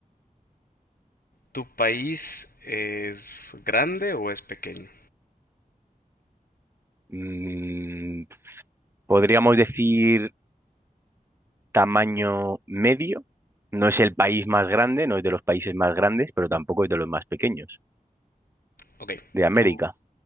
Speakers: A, on the left; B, on the right.
A: ¿Tu país es grande o es pequeño?
B: Mm, podríamos decir tamaño medio. No es el país más grande, no es de los países más grandes, pero tampoco es de los más pequeños.
A: Ok.
B: De América.
A: Tu,